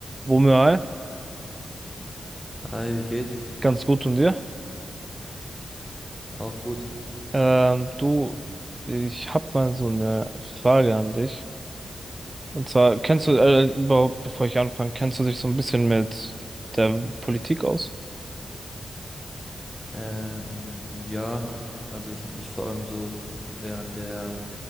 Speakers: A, on the right; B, in the centre.
A: Womöal,
B: Hi, wie geht's?
A: ganz gut und dir?
B: Auch gut.
A: Ähm, du, ich habe mal so eine Frage an dich. Und zwar, kennst du, äh, überhaupt, bevor ich anfange, kennst du dich so ein bisschen mit der Politik aus?
B: Ähm, ja, also ich habe mich vor allem so t- während der